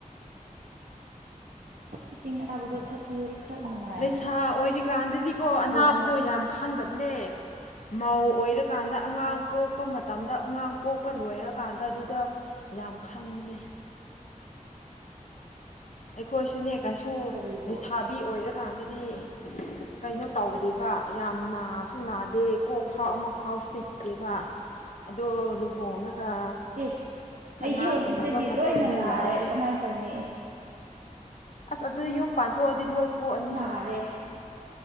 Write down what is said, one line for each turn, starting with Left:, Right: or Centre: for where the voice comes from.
Right: ꯏꯁꯤꯡ ꯑꯁꯥꯕꯗꯣ ꯊꯛ ꯀꯨꯏ <unintelligible> ꯈꯔꯥ ꯅꯨꯡꯉꯥꯏ
Left: ꯂꯩꯁꯥ ꯑꯣꯏꯔꯤꯀꯥꯟꯗꯗꯤꯀꯣ ꯑꯅꯥꯕꯗꯣ
Right: ꯑꯃꯨꯛ
Left: ꯌꯥꯝ ꯈꯥꯡꯗꯝꯅꯦ ꯃꯧ ꯑꯣꯏꯔꯥꯀꯥꯟꯗ ꯑꯉꯥꯡ ꯄꯣꯛꯄ ꯃꯇꯝꯗ ꯑꯉꯥꯡ ꯄꯣꯛꯄ ꯂꯣꯏꯔꯀꯥꯟꯗ ꯑꯗꯨꯗ ꯌꯥꯝ ꯈꯪꯕꯅꯦ ꯑꯩꯈꯣꯏꯁꯨꯅꯦ ꯀꯩꯁꯨ
Right: ꯀꯔꯤꯕꯨ
Left: ꯂꯩꯁꯥꯕꯤ ꯑꯣꯏꯔꯥꯀꯥꯟꯗꯗꯤ ꯀꯩꯅꯣ ꯇꯧꯗꯦꯕ ꯌꯥꯝ ꯅꯥꯁꯨ ꯅꯥꯗꯦ ꯀꯣꯛ ꯐꯥꯎ ꯑꯃ ꯐꯥꯎ ꯆꯤꯛꯇꯦꯕ ꯑꯗꯣ ꯂꯨꯍꯣꯡꯉꯒ
Right: ꯑꯦ ꯑꯩꯗꯤ
Left: ꯑꯉꯥꯡ
Right: ꯍꯧꯖꯤꯛꯇꯒꯤ
Left: ꯎꯅꯕ ꯃꯇꯨꯡꯗ
Right: ꯂꯣꯏꯅ ꯅꯥꯔꯦ
Left: ꯌꯥꯗ꯭ꯔꯦ
Right: ꯀꯃꯥꯏꯅ ꯇꯧꯅꯤ
Left: ꯑꯁ ꯑꯗꯨꯗꯤ ꯌꯨꯝ ꯄꯥꯟꯊꯣꯛꯑꯗꯤ ꯂꯣꯏ ꯀꯣꯛꯑꯅꯤ
Right: ꯐꯥꯔꯦ